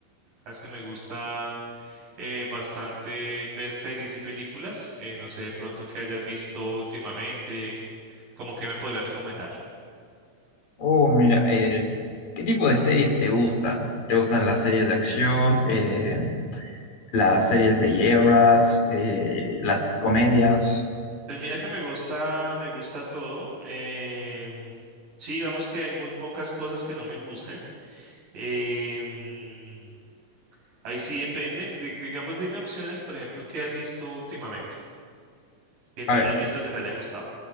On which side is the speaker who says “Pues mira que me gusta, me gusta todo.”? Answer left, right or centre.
Right